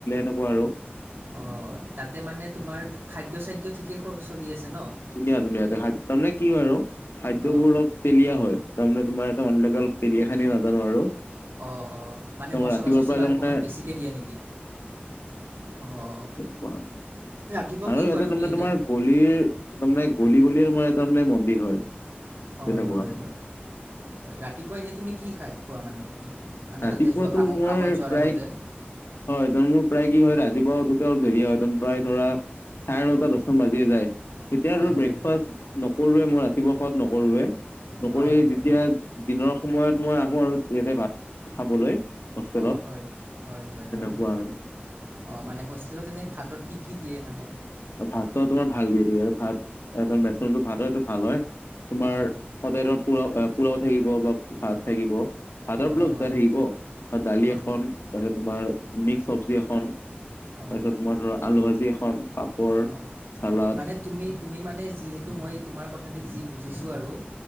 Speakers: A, on the left; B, on the right.
A: <unintelligible>
B: অ' তাতে মানে তোমাৰ খাদ্য চাদ্য ঠিকে চলি আছে ন।
A: ধুনীয়া ধুনীয়া ত খাদ্য তাৰমানে কি হয় আৰু খাদ্য
B: অঁ
A: বোৰ অলপ তেলীয়া হয়। তাৰমানে তোমাৰ এটা <unintelligible> নাজানো আৰু।
B: অ', অ', মানে
A: তোমাৰ
B: মছলা
A: ৰাতিপুৱাৰ
B: মছলা
A: পৰাই তাৰমানে
B: অকমান বেছিকে দিয়ে নেকি? অঁ
A: সেটো ক আৰু
B: ৰাতিপুৱা কি
A: ইয়াতে
B: খোৱা তুমি
A: তাৰমানে
B: এনে
A: তোমাৰ গলিৰ তাৰে মানে গলি গলিয়িৰ মানে তাৰমানে মন্দিৰ হয়।
B: হয়,
A: তেনেকুৱা
B: হয় ৰাতিপুৱা এনে তুমি কি খাই খোৱা মানে। মানে
A: ৰাতিপুৱাতো
B: তাতে যোৱা কামত
A: মই
B: কামত যোৱাৰ
A: প্ৰায়
B: আগতে।
A: হয় কাৰণ মোৰ প্ৰায় কি হয় ৰাতিপুৱা উঠুতে অলপ দেৰিয়ে হয়। প্ৰায় ধৰা চাৰে নটা দছ টা মান বাজিয়ে যায়। তেতিয়া
B: হয়
A: আৰু
B: হয়
A: ব্ৰেকফাষ্ট
B: হয়
A: নকৰোৱে মই ৰাতিপুৱা খোৱাত নকৰোৱে। নকৰি
B: হয়
A: যেতিয়া
B: হয়
A: দিনৰ সময়ত মই আহো আৰু ইয়াতে ভাত খাবলৈ। হোষ্টেলত
B: অ' হয়, হয়, হয়,
A: তেনেকুৱা
B: হয়,
A: আৰু
B: অ' মানে হোষ্টেলত এনে ভাতত কি কি কি দিয়ে মানে।
A: ভাতত তোমাৰ ভাল দিয়ে ভাত বেচ ভাতো এইটো ভাল হয়। তোমাৰ
B: হয় হয়
A: সদায় ধৰা পোৰা পোলাও থাকিব বা ভাত থাকিব। আদাৰ
B: অঁ
A: বোলক
B: হয়
A: চাই থাকিব দালি
B: হয়
A: এখন তাৰপিছত তোমাৰ মিক্স চবজি এখন।
B: অঁ
A: তাৰপিছত তোমাৰ ধৰা আলু ভাজি এখন। পাপৰ
B: অঁ
A: চালাদ
B: মানে তুমি তুমি মানে যিহেতু মই তোমাৰ কথা দি যি বুজিছোঁ আৰু